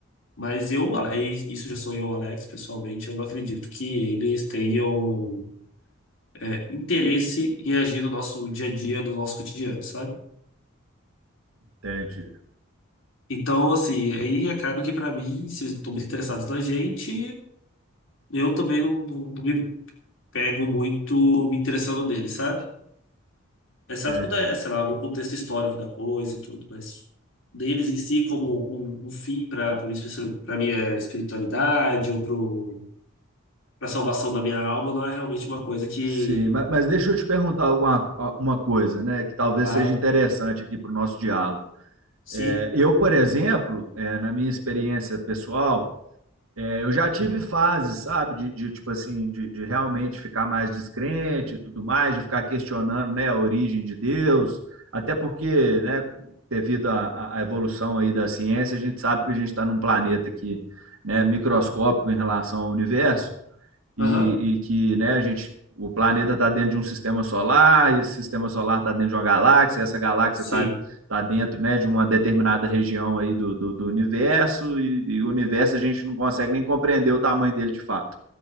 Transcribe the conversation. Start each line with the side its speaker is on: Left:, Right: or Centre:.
Left: Mas eu, aí, isso já sou eu, Alex, pessoalmente, eu não acredito que eles tenham é, interesse em agir no nosso dia a dia, no nosso cotidiano, sabe?
Right: Entende?
Left: Então, assim, aí acaba que pra mim, se eles não estão muito interessados na gente, eu também não, não- não me pego muito me interessando neles, sabe? Exceto
Right: É,
Left: quando é, sei lá, algum contexto histórico da coisa e tudo, mas deles em si como um, um fim para para minha, especial- pra minha espiritualidade ou pro, pra salvação da minha alma, não é realmente uma coisa que,
Right: Sim, ma- mas deixa eu te perguntar alguma, uma coisa, né, que talvez
Left: claro,
Right: seja interessante aqui para o nosso diálogo.
Left: sim,
Right: É, Eu, por exemplo, é, na minha experiência pessoal, É, eu já tive fases, sabe, de, de tipo assim, de, de, realmente ficar mais descrente e tudo mais, de ficar questionando, né, a origem de Deus, até porque, né, devido à à evolução aí da ciência, a gente sabe que a gente está num planeta que, né, microscópico em relação ao universo, e,
Left: aham,
Right: e que né, a gente, o planeta está dentro de um sistema solar, e esse sistema solar está dentro de uma galáxia, e essa galáxia
Left: sim,
Right: está tá dentro né, de uma determinada região aí do, do, do universo, e, e o universo a gente não consegue nem compreender o tamanho dele de fato.